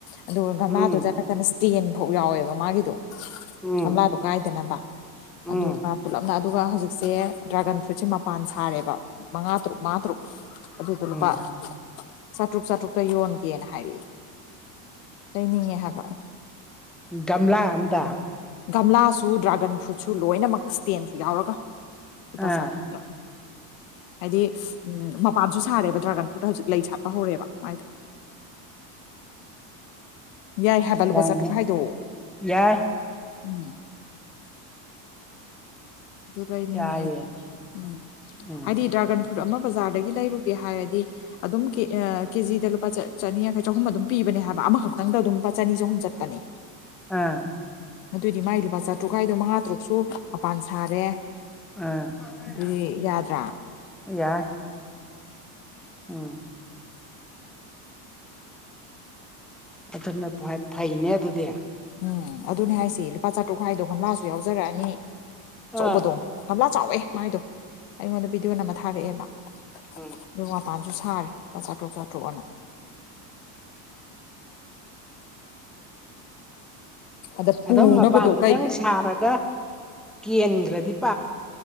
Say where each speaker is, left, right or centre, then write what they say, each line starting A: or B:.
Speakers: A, on the left; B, in the centre.
A: ꯑꯗꯨꯒ ꯒꯝꯂꯥꯗꯨꯗ
B: ꯎꯝ
A: ꯅꯠꯇꯅ ꯁ꯭ꯇꯦꯟꯐꯧ ꯌꯥꯎꯋꯦꯕ ꯃꯥꯒꯤꯗꯣ
B: ꯎꯝ
A: ꯒꯝꯂꯥꯗꯣ ꯀꯥꯏꯗꯅꯕ
B: ꯎꯝ
A: ꯑꯗꯨꯒ ꯄꯨꯂꯞꯅ ꯑꯗꯨꯒ ꯍꯧꯖꯤꯛꯁꯦ ꯗ꯭ꯔꯥꯒꯟ ꯐ꯭ꯔꯨꯏꯠꯁꯦ ꯃꯄꯥꯟ ꯁꯥꯔꯦꯕ ꯃꯉꯥ ꯇꯔꯨꯛ ꯃꯉꯥ ꯇꯔꯨꯛ ꯑꯗꯨꯗꯣ ꯂꯨꯄꯥ
B: ꯎꯝ
A: ꯆꯥꯇ꯭ꯔꯨꯛ ꯆꯥꯇ꯭ꯔꯨꯛꯇ ꯌꯣꯟꯒꯦꯅ ꯍꯥꯏꯔꯛꯏ ꯂꯩꯅꯤꯡꯉꯦ ꯍꯥꯏꯕ
B: ꯒꯝꯂꯥ ꯑꯝꯗ
A: ꯒꯝꯂꯥꯁꯨ ꯗ꯭ꯔꯥꯒꯟ ꯐ꯭ꯔꯨꯠꯁꯨ ꯂꯣꯏꯅꯃꯛ ꯇꯦꯟꯁꯨ ꯌꯥꯎꯔꯒ ꯂꯨꯄꯥ
B: ꯑꯥ
A: ꯆꯥꯇ꯭ꯔꯨꯛꯇ ꯍꯥꯏꯗꯤ ꯎꯝ ꯃꯄꯥꯟꯁꯨ ꯁꯥꯔꯦꯕ ꯗ꯭ꯔꯥꯒꯟ ꯐ꯭ꯔꯨꯠꯇ ꯍꯧꯖꯤꯛ ꯂꯩ ꯁꯥꯠꯄ ꯍꯧꯔꯦꯕ ꯃꯥꯏꯗꯣ ꯌꯥꯏ ꯍꯥꯏꯕ
B: ꯌꯥꯏꯅꯦ
A: ꯂꯨꯄꯥ ꯆꯥꯇ꯭ꯔꯨꯛ ꯍꯥꯏꯗꯣ
B: ꯌꯥꯏ
A: ꯎꯝ ꯂꯩꯅꯤꯡꯑꯦ
B: ꯌꯥꯏꯌꯦ
A: ꯑꯩꯗꯤ ꯎꯝ
B: ꯎꯝ
A: ꯍꯥꯏꯗꯤ ꯗ꯭ꯔꯥꯒꯟ ꯈꯨꯠ ꯑꯃ ꯕꯖꯥꯔꯗꯒꯤ ꯂꯩꯔꯨꯒꯦ ꯍꯥꯏꯔꯗꯤ ꯑꯗꯨꯝ ꯀ ꯀꯦꯖꯤꯗ ꯂꯨꯄꯥ ꯆꯅꯤ ꯌꯥꯡꯈꯩ ꯆꯍꯨꯝ ꯑꯗꯨꯝ ꯄꯤꯕꯅꯦ ꯍꯥꯏꯕ ꯑꯃꯈꯛꯇꯪꯗ ꯑꯗꯨꯝ ꯂꯨꯄꯥ ꯆꯅꯤ ꯆꯍꯨꯝ ꯆꯠꯄꯅꯤ
B: ꯑꯥ
A: ꯑꯗꯨꯑꯣꯏꯗꯤ ꯃꯥꯒꯤ ꯂꯨꯄꯥ ꯆꯥꯇ꯭ꯔꯨꯛ ꯍꯥꯏꯥꯏꯗꯣ ꯃꯉꯥ ꯇꯔꯨꯛꯁꯨ ꯃꯄꯥꯟ ꯁꯥꯔꯦ
B: ꯑꯝ
A: ꯑꯗꯨꯗꯤ ꯌꯥꯗ꯭ꯔꯥ
B: ꯌꯥꯏ ꯎꯝ ꯑꯗꯨꯅ ꯐꯩꯅꯦ ꯑꯗꯨꯗꯤ
A: ꯎꯝ ꯑꯗꯨꯅꯦ ꯍꯥꯏꯁꯤ ꯂꯨꯄꯥ ꯆꯥꯇ꯭ꯔꯨꯛ ꯈꯥꯏꯗꯣ ꯒꯝꯂꯥꯁꯨ ꯌꯥꯎꯖꯔꯛꯑꯅꯤ
B: ꯑꯥ
A: ꯑꯆꯧꯕꯗꯣ ꯒꯝꯂꯥ ꯆꯥꯎꯋꯦ ꯃꯥꯏꯗꯣ ꯑꯩꯉꯣꯟꯗ ꯚꯤꯗꯤꯑꯣꯅ ꯑꯃ ꯊꯥꯔꯛꯑꯦꯕ
B: ꯎꯝ
A: ꯑꯗꯨ ꯃꯄꯥꯟꯁꯨ ꯁꯥꯔꯦꯄꯥ ꯆꯥꯇ꯭ꯔꯨꯛ ꯆꯥꯇ꯭ꯔꯨꯛ ꯑꯅꯨ ꯑꯗ ꯄꯨꯅꯕꯗꯣ
B: ꯑꯗꯨꯝ ꯃꯄꯥꯟꯗꯨꯇꯪ
A: ꯀꯩ
B: ꯁꯥꯔꯒ ꯀꯦꯟꯈ꯭ꯔꯗꯤ